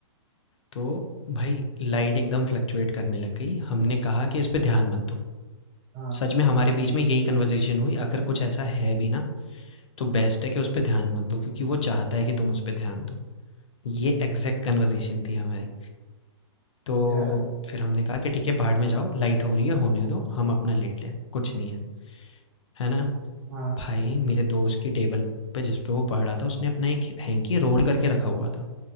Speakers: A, on the left (about 75°); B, on the right (about 15°).
A: तो भाई लाइट एकदम फ्लक्चुएट करने लग गई। हमने कहा कि इस पे ध्यान मत दो।
B: हाँ
A: सच में हमारे बीच में यही कन्वर्सेशन हुई, अगर कुछ ऐसा है भी ना, तो बेस्ट है कि उस पे ध्यान मत दो क्योंकि वो चाहता है कि तुम उस पे ध्यान दो। ये एग्ज़ैक्ट कन्वर्सेशन थी हमारी। तो
B: यार
A: फिर हमने कहा कि ठीक है बाहर में जाओ, लाइट हो रही है, होने दो, हम अपना लेट लें, कुछ नहीं है। है ना?
B: हाँ
A: भाई मेरे दोस्त की टेबल पे जिस पे वो पढ़ रहा था, उसने अपना एक हैंकी रोल करके रखा हुआ था।